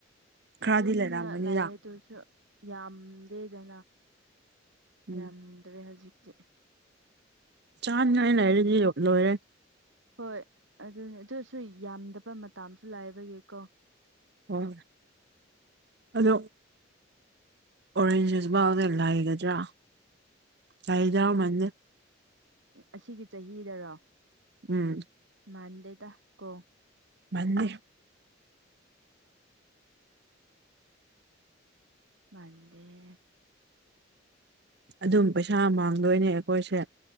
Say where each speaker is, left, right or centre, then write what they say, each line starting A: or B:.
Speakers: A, on the right; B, on the right.
A: ꯈꯔꯗꯤ
B: ꯌꯨꯝꯅ
A: ꯂꯩꯔꯝꯒꯅꯤꯗ
B: ꯂꯥꯏꯑꯌꯦ ꯑꯗꯨꯁꯨ ꯌꯥꯝꯗꯦꯗꯅ
A: ꯎꯝ
B: ꯌꯥꯝꯗ꯭ꯔꯦ ꯍꯧꯖꯤꯛꯇꯤ
A: ꯆꯥꯅꯤꯡꯉꯥꯏꯅ ꯍꯥꯏꯔꯗꯤ ꯌ ꯂꯣꯏꯔꯦ
B: ꯍꯣꯏ ꯑꯗꯨꯅꯤ ꯑꯗꯨꯔꯁꯨ ꯌꯥꯝꯗꯕ ꯃꯇꯥꯝꯁꯨ ꯂꯥꯛꯕꯒꯤꯀꯣ
A: ꯑꯣ ꯑꯗꯨꯩꯅꯣ ꯑꯣꯔꯦꯟꯖꯁꯨꯐꯎꯗ ꯂꯩꯒꯗ꯭ꯔꯥ ꯂꯗꯃꯜꯗꯤ
B: ꯑꯁꯤꯒꯤ ꯆꯍꯤꯗꯔꯣ
A: ꯎꯝ
B: ꯃꯥꯥꯟꯗꯦꯗ ꯀꯣ
A: ꯃꯅꯤ
B: ꯃꯗꯦ
A: ꯑꯗꯨꯝ ꯄꯩꯁꯥ ꯃꯥꯡꯗꯣꯏꯅꯦ ꯑꯩꯈꯣꯏꯁꯦ